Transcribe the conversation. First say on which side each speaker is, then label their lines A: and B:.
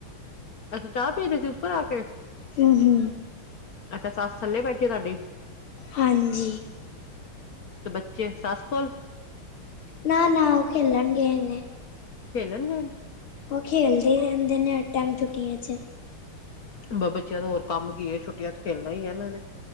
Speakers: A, on the left; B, on the left.
A: ਅੱਛਾ ਚਾਹ ਪੀ ਰਹੇ ਸੀ ਉੱਪਰ ਆ ਕੇ।
B: ਹੂ ਹੂ।
A: ਅੱਛਾ ਸੱਸ ਥੱਲੇ ਬੈਠੇ ਤੁਹਾਡੀ।
B: ਹਾਂਜੀ
A: ਤੇ ਬੱਚੇ ਸੱਸ ਕੋਲ।
B: ਨਾ-ਨਾ ਉਹ ਖੇਲਣਗੇ ਨੇ।
A: ਖੇਲਣ ਗਏ।
B: ਓਹ ਖੇਲਦੇ ਰਹਿੰਦੇ ਨੇ ਹਰ ਟਾਈਮ ਛੂਟੀਆਂ ਚ।
A: ਬ ਬੱਚਿਆਂ ਦੇ ਹੋਰ ਕੰਮ ਕੀ ਏ ਛੁੱਟੀਆਂ ਚ ਖੇਲਣਾ ਹੀ ਹੈ ਇਹਨਾਂ ਨੇ।